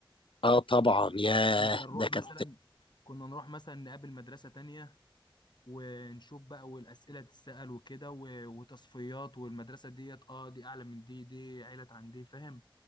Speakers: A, on the left; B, on the left.
A: اه طبعا ياه
B: كنت نروح
A: ده
B: مثلا
A: كانت
B: كنا نروح مثلا نقابل مدرسه تانية ونشوف بقى والاسئله تتسال وكده و- وتصفيات والمدرسه ديت اه دي اعلى من دي دي عيله عن دي فاهم